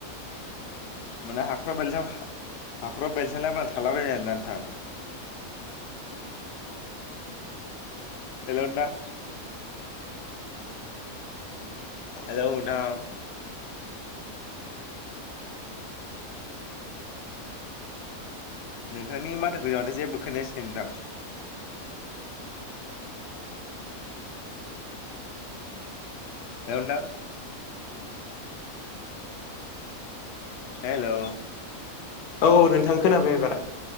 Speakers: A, on the left; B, on the left.
A: माने हाख्राव बेलथाव हाखराव बेलथायलाब्रा थालाबाय आरोना नोंथां। हेलौ नोंथां। हेलौ नोंथां। नोंथांनि माथोखौ जाबथाय जेबो खोनायासै नोंथां औ नोंथां हेलौ
B: औ नोंथां खोनाबाय एबार